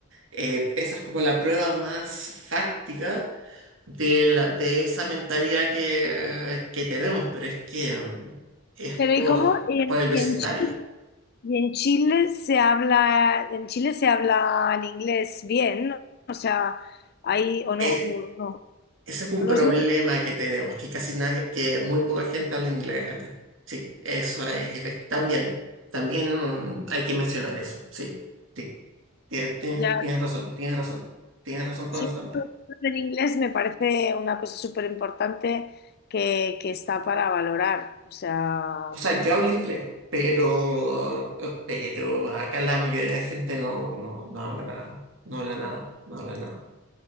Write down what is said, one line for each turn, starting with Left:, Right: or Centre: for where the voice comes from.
Right: eh, esa es como la prueba más fáctica de, la- de esa mentalidad que, que tenemos, pero es que mm, es
Left: Pero
Right: por,
Left: ¿y cómo? ¿Y en,
Right: por el
Left: y
Right: vecindario.
Left: en Y en Chile se habla, en Chile se habla el inglés bien, ¿no? o sea, ahí o no,
Right: Es-
Left: o no,
Right: ese es un
Left: o
Right: problema
Left: no es muy
Right: que tenemos, que casi nadie, que muy poca gente habla inglés acá. Sí, eso es efectivo. También, también hay que mencionar eso. Sí, sí, tie- tie-
Left: ya.
Right: tienes razón, tienes razón, tienes razón con
Left: Sí,
Right: eso también.
Left: el inglés me parece una cosa súper importante que, que está para valorar. O sea,
Right: O sea, yo hablo inglés. Pero, pero acá la mayoría de la gente no, no, no habla nada, no habla nada, no habla nada